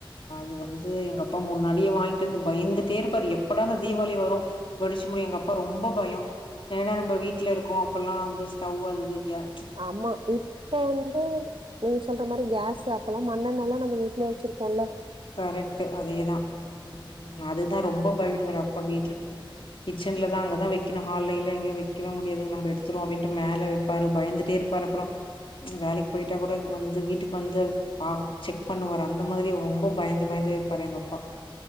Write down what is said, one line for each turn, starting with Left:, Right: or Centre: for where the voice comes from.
Left: அது வந்து எங்க அப் அப்ப முன்னாடியே வாங்கிட்டு வந்து பயந்துட்டே இருப்பாரு எப்படா அந்த தீவாளி வரும் வெடிச்சு முடியும் எங்க அப்பா ரொம்ப பயம் ஏன்னா நம்ம வீட்டுல இருக்கோம் அப்பல்லாம் அந்த சவுதுக்க <unintelligible>
Right: ஆமா இப்ப வந்து நீங்க சொல்ற மாரி கேஸ்சு அப்பல்லா மண்ணென்ன எல்லா நம்ம வீட்லேயே வச்சிருப்போல
Left: கரெக்ட்டு அதேதான் உம் அதுதான் ரொம்ப அப்பா விட்டுல கிச்சலான் அங்கதான் வைக்கைக <unintelligible> முடியது எ பந்துே இரும் வேலைக்கு போய கூ வந்து வீட்டுக்கு வ செக் பண்ணுவ அந்த மாதிரி ரொம்ப பயந்து பயந்து வைப்பாரு எங்கப்பா